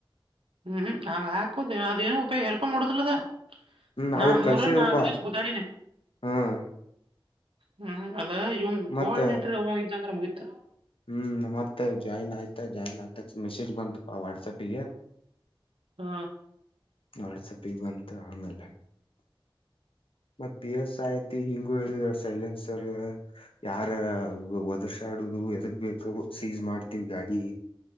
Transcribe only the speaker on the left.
ಹ್ಮ್
ಅವ್ರು
ಕಳ್ಸಿದ್ರಪಾ
ಹ್ಮ್
ಮತ್ತ
ಹ್ಮ್ ಮತ್ತ ಜಾಯಿನ್ ಆಯ್ತಾ ಜಾಯಿನ್ ಆಯ್ತ ಮೆಸೇಜ್ ಬಂದುತು ಪಾ ವಾಟ್ಸಪ್ ಕೆ
ಆ ವಾಟ್ಸಾಪ್ ಗೆ ಬಂತು ಆಮೇಲೆ ಮತ್ತ್ ಪಿ ಎಸ್ ಆಯತಿ ಹಿಂಗು ಹೇಳಿದ್ರ ಸೈಲೆನ್ಸರ್ ಯಾರ ಒದರ್ಷ ದುಡ್ಡು ಎದಕ್ ಬೇಕ ಸೀಜ ಮಾಡ್ತೀವಿ ಗಾಡಿ